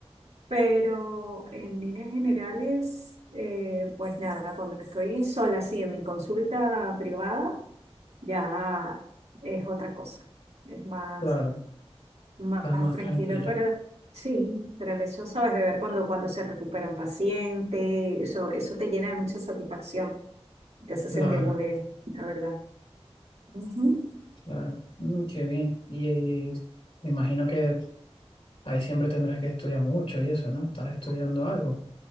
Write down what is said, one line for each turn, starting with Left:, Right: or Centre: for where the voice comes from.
Right: pero en líneas generales, eh, pues nada, cuando estoy sola, sí, en mi consulta privada, ya es otra cosa. Es más.
Left: claro.
Right: Más
Left: Estás más
Right: tranquilo,
Left: tranquila.
Right: pero sí, pero eso sabes de ver cuando, cuando se recupera un paciente, eso, eso te llena de mucha satisfacción, te hace sentir
Left: Claro,
Right: muy bien, la verdad. Ujú.
Left: claro. Mm, qué bien. Y, y me imagino que ahí siempre tendrás que estudiar mucho y eso, ¿no? Estás estudiando algo.